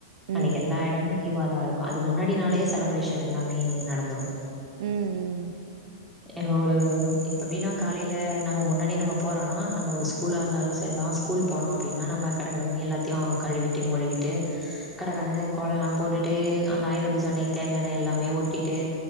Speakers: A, in the centre; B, on the right.
A: அன்னைக்கி
B: ம்
A: எல்லா
B: ம்
A: எடமு லீவாதா இருக்கு அதுக்கு முன்னாடினாலே செலப்ரேஷன் எல்லாமே நடந்துரு
B: ம் ம்
A: எங்க ஒரு இப்ப எப்டின்னா காலையில நம்ம முன்னாடியே நம்ம போறோனா நம்ம ஒரு ஸ் கூலா இருந்தாலு செரிதா ஸ்கூல் போனோ அப்டின்னா நம்ம கடகடனு எல்லாத்தையு கழுவிட்டு மொழிவிட்டு கடக்கனு கோலல்லா போட்டுட்டு அந்த ஆயுத பூஜ்ச்ச அன்னைக்கி தேவயான எல்லாமே ஒட்டிட்டு